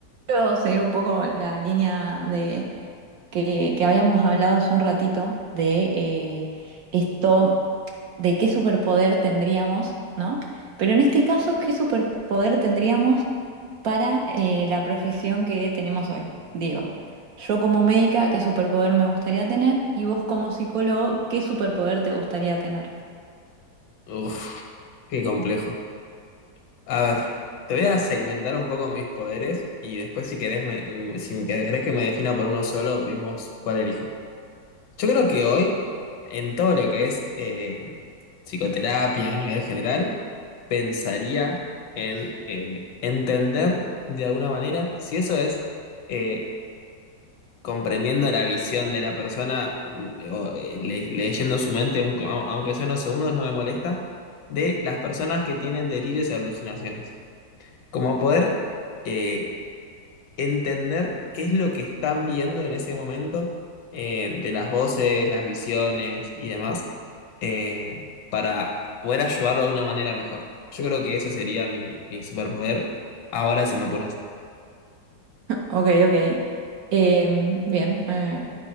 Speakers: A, on the right; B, on the left.
A: Quiero seguir un poco la línea de que, que habíamos hablado hace un ratito de eh, esto, de qué superpoder tendríamos, ¿no? Pero en este caso, ¿qué superpoder tendríamos para eh, la profesión que tenemos hoy? Digo, yo como médica, ¿qué superpoder me gustaría tener? Y vos como psicólogo, ¿qué superpoder te gustaría tener?
B: Uf, qué complejo. A ver, te voy a segmentar un poco mis poderes y después si querés, me- em, si querés que me defina por uno solo, vemos cuál elijo. Yo creo que hoy, en todo lo que es eh, psicoterapia a nivel general, pensaría en eh, entender de alguna manera si eso es eh, comprendiendo la visión de la persona, mm, o, eh, le- leyendo su mente, un- au- aunque sea unos segundos, no me molesta, de las personas que tienen delirios y alucinaciones. Como poder eh, entender qué es lo que están viendo en ese momento, eh, de las voces, las visiones y demás, eh, para poder ayudarlo de una manera mejor. Yo creo que ese sería mi, mi superpoder ahora si me apuras.
A: Ok, ok. Em, bien, eh,